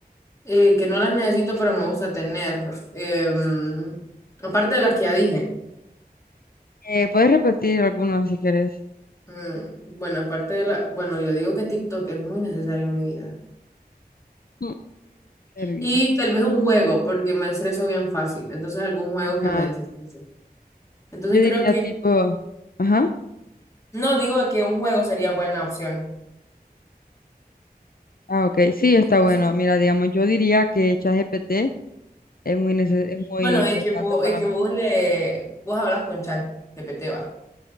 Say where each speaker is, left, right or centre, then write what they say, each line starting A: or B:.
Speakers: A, on the left (about 20°); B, on the left (about 65°).
A: eh, que no las necesito, pero me gusta tener. Em, aparte de las que ya dije.
B: Eh, puedes repetir algunas si querés.
A: Mm, Bueno, aparte de la, bueno, yo digo que TikTok es muy necesario en mi vida.
B: Mm, ¿Qué risa.
A: Y tal vez un juego, porque me estreso bien fácil. Entonces, algún juego
B: Ajá.
A: que me desestrese. Entonces,
B: Yo diría
A: creo que,
B: tipo, ajá.
A: no digo que un juego sería buena opción.
B: Ah, ok. Sí, está bueno.
A: Eso.
B: Mira, digamos, yo diría que ChatGPT es muy nece- es muy
A: Bueno,
B: importante
A: es que vos,
B: para
A: es que
B: mí.
A: vos le, vos hablas con Chat ChatGPT, va.